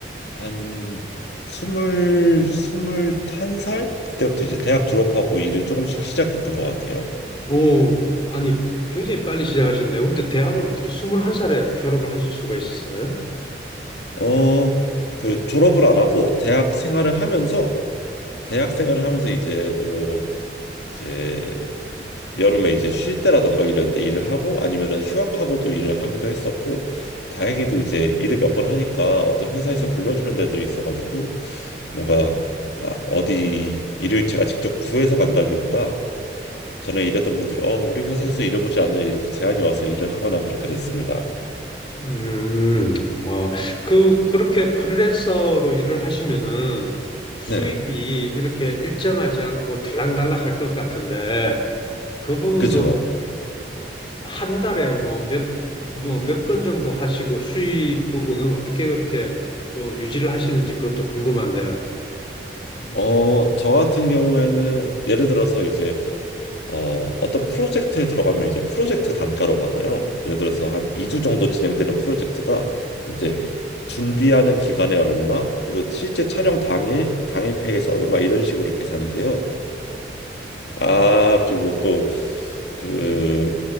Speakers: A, on the left; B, on the left.
A: 한 스물 스물 한 살 그때부터 이제 대학 졸업하고 일을 조금씩 시작했던 것 같아요.
B: 오, 아니 굉장히 빨리 시작하셨네요. 근데 대학을 어떻게 21살에 졸업을 하실 수가 있었어요?
A: 어, 그 졸업을 안 하고 대학 생활을 하면서 대학 생활을 하면서 이제 뭐 이제 여름에 이제 쉴 때라던가 이럴 때 일을 하고 아니면은 휴학하고도 일을 하기도 했었고 다행히도 이제 일을 몇 번 하니까 어떤 회사에서 불러주는 데들이 있어가지고 뭔가 막 어디 일을 제가 직접 구해서 간다기보다 전에 일했던 분들이 어 우리 회사에서 일해보지 않으려 이렇게 제안이 와서 일을 하거나 그렇게 됐습니다.
B: 음, 음.
A: 음,
B: 어, 그, 그렇게 프리랜서로 일을 하시면은 수입이
A: 네,
B: 이렇게 일정하지 않고 들락날락 할 것 같은데 그 부분도
A: 그죠.
B: 한 달에 뭐 몇, 뭐 몇 건 정도 하시고 수입 부분은 어떻게 그렇게 또 유지를 하시는지 그것도 궁금한데요.
A: 어, 저 같은 경우에는 예를 들어서 이제 어, 어떤 프로젝트에 들어가면 이제 프로젝트 단가로 받아요. 예를 들어서 한 2주 정도 진행되는 프로젝트다. 그럼 이제 준비하는 기간에 얼마, 그리고 실제 촬영 당일, 당일 페이에서 얼마 이런 식으로 계산이 돼요. 아, 그리고 또 그